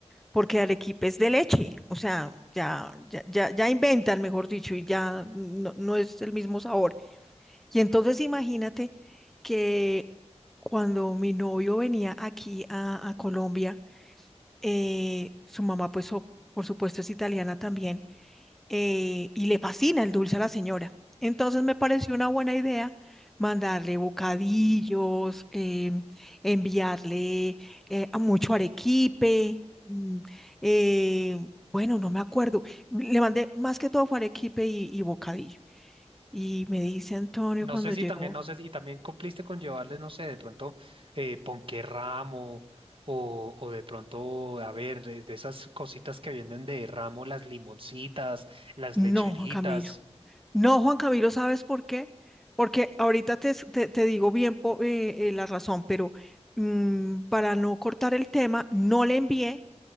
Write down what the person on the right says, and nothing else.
No
sé si
también, no sé, si- y también cumpliste con llevarles, no sé, de pronto eh, ponquerramo o, o de pronto, a ver, es de esas cositas que venden de ramo, las limoncitas, las
lecheritas.